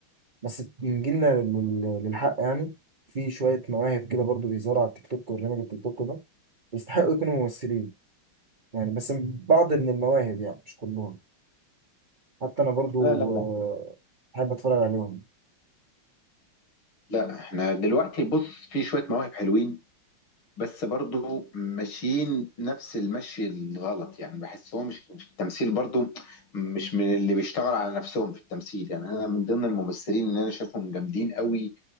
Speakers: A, on the right; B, on the left.
A: بس نجيلنا لل- للحق يعني في شوية مواهب كده برضو بيظهروا على التيك توك وبرنامج التيك توك ده يستحقوا يكونوا ممثلين يعني بس بعض من المواهب يعني مش كلهم حتى أنا برضو
B: لا لا لا
A: آه، بحب أتفرج عليهم
B: لا احنا دلوقتي بص في شوية مواهب حلوين بس برضو ماشيين نفس المشي الغلط يعني بحسهم مش في التمثيل برضو مش من اللي بيشتغل على نفسهم في التمثيل يعني انا من ضمن الممثلين اللي انا شايفهم جامدين قوي